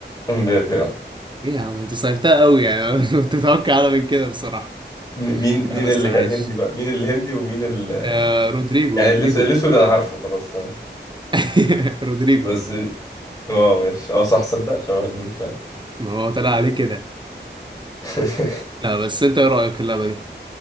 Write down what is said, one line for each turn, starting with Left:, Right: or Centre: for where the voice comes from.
Left: ب- في- آه.
Right: ايه يا عم انت صيرتها قوي يعني <laughs> كنت متوقع اعلى من كده بصراحة
Left: م- مين
Right: لا
Left: مين
Right: بس
Left: اللي
Right: عايش
Left: كان هندي بقى مين الهندي ومين ال...
Right: آه رودريجو
Left: يعني
Right: رودريجو
Left: الأس- الاسود
Right: بيطلع
Left: انا
Right: علينا
Left: عارفه خلاص تمام
Right: <laughs> رودريجو
Left: بس
Right: رودريجو
Left: اه ماشي اه صح صدق شبه المين فعلا
Right: ما هو طلع عليه كده
Left: <laughs>
Right: لا بس انت ايه رأيك في اللعبة دي